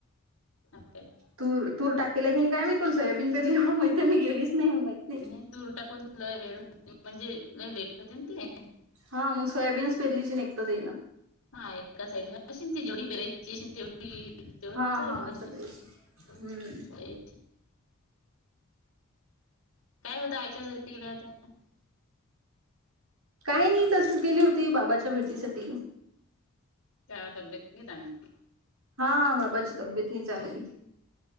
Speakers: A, on the left; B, on the right.
A: ओके
B: तू तूर टाकेला की नाही काय महित पण सोयाबीन पेरल्यावर मी तर मी गेलीच नाही म मा
A: नाही तूर टाकून वेळ म्हणजे लय लेट होते ते
B: हा मग सोयाबीनच पिरलीची एक तर येईना
A: हा एका साईडने ते जेवढी पेरायची असे तेवढी तेवढा
B: हा
A: साहेब
B: हा
A: नशन
B: असं काहीच
A: व्हय..
B: हम्म
A: काय होतं आईच्या घरी गेल्या होत्या
B: काही नाही अशीच गेली होती बाबाच्या भेटीसाठी..
A: त्यावत अभ्यर्थी तां
B: हा बाबाची तबीयेत नाही चांगली..